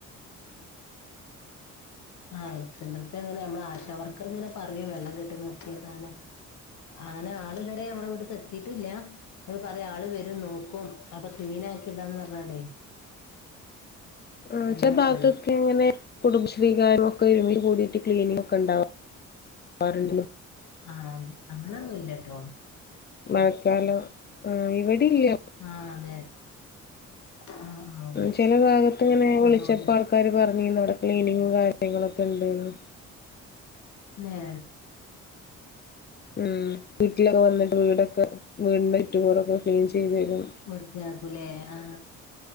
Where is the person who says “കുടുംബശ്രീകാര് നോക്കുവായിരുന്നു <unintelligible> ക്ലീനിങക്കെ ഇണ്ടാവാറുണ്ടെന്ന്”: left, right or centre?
Left